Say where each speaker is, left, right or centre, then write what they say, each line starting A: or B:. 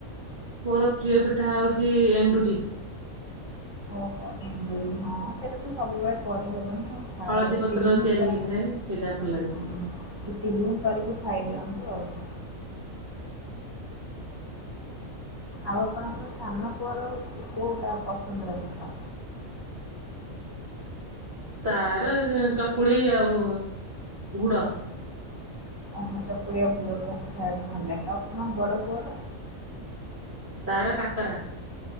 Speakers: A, on the right (about 45°); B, on the right (about 20°).
A: ମୋର ପ୍ରିୟ ପିଠା ହଉଛି ଏଣ୍ଡୁରି।
B: ଓହୋ ଏଣ୍ଡୁରି, ହଁ ସେଇଟା ତ ସବୁବେଳେ କରିହେବନି ଆଉ। ଛାଡ଼
A: ହଳଦୀ
B: ଇଟିଲି
A: ପତ୍ରର
B: ହିଁ
A: ତିଆରି
B: କର
A: ହେଇଥାଏ, ସେଇଟା ଭଲ ଲାଗେ।
B: ହଁ ଇଟିଲି ହିଁ କରିକି ଖାଇଦିଅନ୍ତୁ ଆଉ। ଆଉ ଆପଣଙ୍କର ସାନପୁଅର କୋଉଟା ପସନ୍ଦର ପିଠା?
A: ତାର ଚକୁଳି ଆଉ ଗୁଡ।
B: ଓହୋ ଚକୁଳି ଆଉ ଗୁଡ ଦିଆ ପିଠା ଭଲ ଲାଗେ। ଆଉ ତମ ବଡ ପୁଅର?
A: ତାର କାକରା।